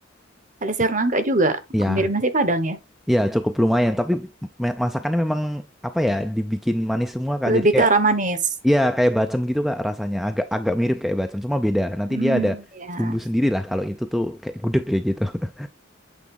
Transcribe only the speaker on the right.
ada sayur nangka juga.
Mirip nasi Padang ya.
Lebih
ke arah manis.
Hmm,
ya.